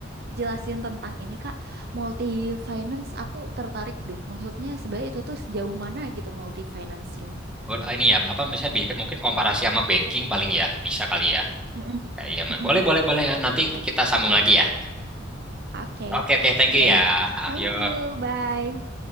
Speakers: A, on the right; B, in the centre.
A: jelasin tentang ini Kak, multi finance aku tertarik deh. Maksudnya sebenarnya itu tuh sejauh mana gitu multi financing.
B: Or- ah, Ini ya apa misalnya bi- mungkin komparasi sama banking paling ya bisa kali ya.
A: Mm-mm.
B: Kayak iya mah.
A: Mm-mm.
B: Boleh boleh boleh ya. Nanti
A: Oke.
B: kita sambung lagi ya.
A: Oke.
B: Oke oke thank you
A: Ya udah.
B: ya.
A: Thank
B: Ayo.
A: you. Bye.